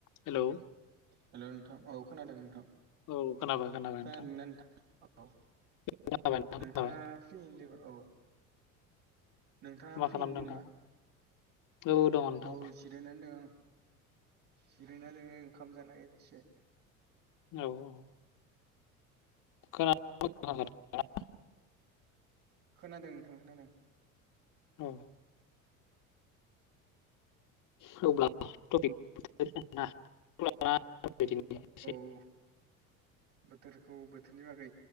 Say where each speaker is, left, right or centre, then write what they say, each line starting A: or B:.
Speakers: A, on the left; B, on the right.
A: Hello.
B: Hello नोंथां औ खोनादों नोंथां।
A: औ खोनाबाय खोनाबाय नोंथां
B: खोनादों ना नोंथां औ
A: खोनाबाय नोंथां
B: नोंथाङा।
A: खोनाबाय
B: फ्रियैनो दोंयो औ नोंथाङा
A: मा
B: फ्रियैनो
A: खालामदों
B: दोंबा
A: नोंथाङा औ दङ। नोंथां
B: औ जिरायनानै दङ आं जिरायना दोङो ओंखाम जानाया एसे।
A: औ। खोनादों <unintelligible>
B: खोनादों नोंथां खोनादों।
A: औ। <unintelligible>
B: औ। बोथोरखौ बोथोरनि बागै